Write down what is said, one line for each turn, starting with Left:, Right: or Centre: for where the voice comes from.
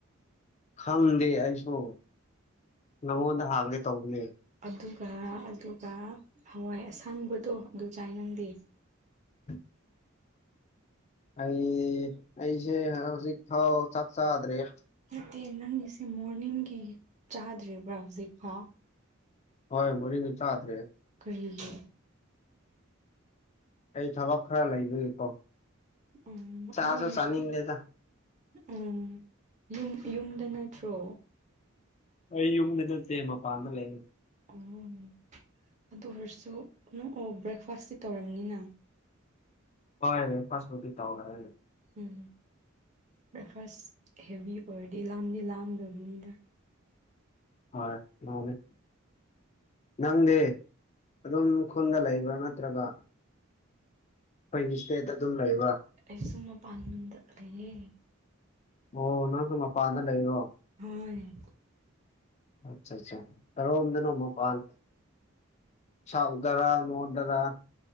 Left: ꯈꯪꯗꯦ ꯑꯩꯁꯨ ꯅꯉꯣꯟꯗ ꯍꯥꯡꯒꯦ ꯇꯧꯕꯅꯦ꯫
Right: ꯑꯗꯨꯒ ꯑꯗꯨꯒ ꯍꯋꯥꯏ ꯑꯁꯥꯡꯕꯗꯣ ꯑꯗꯨ ꯆꯥꯏ꯫ ꯅꯪꯗꯤ?
Left: <inaudible> ꯑꯩ ꯑꯩꯖꯦ ꯍꯧꯖꯤꯛ ꯐꯥꯎ ꯆꯥꯛ ꯆꯥꯗ꯭ꯔꯤꯌꯦ꯫
Right: ꯅꯠꯇꯦ ꯅꯪꯒꯤꯁꯦ ꯃꯣꯔꯅꯤꯡꯒꯤ ꯆꯥꯗ꯭ꯔꯤꯕ꯭ꯔꯥ ꯍꯧꯖꯤꯛ ꯐꯥꯎ?
Left: ꯍꯣꯏ ꯃꯣꯔꯅꯤꯡꯒꯤ ꯆꯥꯗ꯭ꯔꯤ꯫
Right: ꯀꯔꯤꯒꯤ?
Left: ꯑꯩ ꯊꯕꯛ ꯈꯔ ꯂꯩꯕꯒꯤꯀꯣ
Right: ꯎꯝ
Left: ꯆꯥꯁꯨ
Right: ꯑꯗꯨ ꯑꯣꯏꯔꯁꯨ
Left: ꯆꯥꯅꯤꯡꯗꯦꯗ꯫
Right: ꯎꯝ ꯌꯨꯝ ꯌꯨꯝꯗ ꯅꯠꯇ꯭ꯔꯣ?
Left: ꯑꯩ ꯌꯨꯝꯗ ꯅꯠꯇꯦ ꯃꯄꯥꯟꯗ ꯂꯩ꯫
Right: ꯑꯣ ꯑꯗꯨ ꯑꯣꯏꯔꯁꯨ ꯅꯣꯛ ꯑꯣ ꯕ꯭ꯔꯦꯛꯐꯥꯁꯇꯤ ꯇꯧꯔꯝꯅꯤꯅ꯫
Left: ꯍꯣꯏ ꯕ꯭ꯔꯦꯛꯐꯥꯁ ꯄꯨꯗꯤ ꯇꯧꯔꯛꯑꯦ꯫
Right: ꯎꯝ ꯕ꯭ꯔꯦꯛꯐꯥꯁ ꯍꯦꯚꯤ ꯑꯣꯏꯔꯗꯤ ꯂꯥꯝꯗꯤ ꯂꯥꯝꯗꯕꯅꯤꯗ꯫
Left: ꯍꯣꯏ ꯂꯥꯝꯃꯦ꯫ ꯅꯪꯗꯤ ꯑꯗꯨꯝ ꯈꯨꯟꯗ ꯂꯩꯕ꯭ꯔꯥ ꯅꯠꯇ꯭ꯔꯒ, ꯈꯣꯏꯅꯤ ꯁ꯭ꯇꯦꯗ ꯑꯗꯨꯝ ꯂꯩꯕ꯫
Right: ꯑꯩꯁꯨꯨ ꯃꯄꯥꯟꯗ ꯂꯩꯌꯦ꯫
Left: ꯑꯣ ꯅꯪꯁꯨ ꯃꯄꯥꯟꯗ ꯂꯩꯔꯣ?
Right: ꯍꯣꯏ꯫
Left: ꯑꯆꯆꯥ ꯀꯔꯣꯝꯗꯅꯣ ꯃꯄꯥꯥꯟ ꯁꯥꯎꯗꯔ ꯅꯣꯔꯗꯔ